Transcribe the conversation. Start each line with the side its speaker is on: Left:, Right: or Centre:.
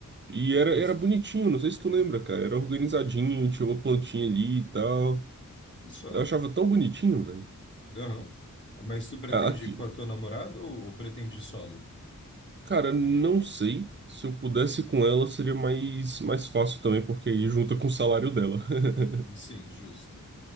Right: E
Left: Justo.
Right: era, era bonitinho, não sei se tu lembra, cara. Era organizadinho, tinha uma plantinha ali e tal.
Left: Isso.
Right: Eu achava tão bonitinho, velho.
Left: Aham. Mas tu pretende
Right: A- Aqui,
Left: com a tua namorada ou, ou pretende solo?
Right: Cara, não sei. Se eu pudesse ir com ela, seria mais, mais fácil também, porque aí junta com o salário dela. <laughs>
Left: Sim, justo.